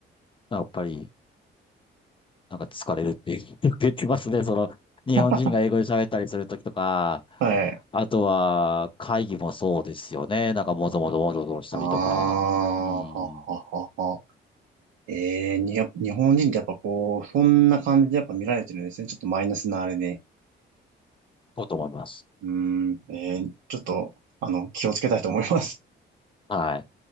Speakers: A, on the left; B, on the right.
A: やっぱり、なんか疲れるって言って言ってますね。その、日本人が英語で喋ったりするときとか、
B: <laughs> はい。
A: あとは会議もそうですよね。なんかもぞもぞもぞもぞしたりとか、
B: ああ、
A: うん、
B: はははは。ええに、やっぱ日本人ってやっぱこう、そんな感じでやっぱ見られてるんですね。ちょっとマイナスなあれで。
A: こうと思います。
B: うん。ええちょっと、あの、気をつけたいと思います。
A: はい。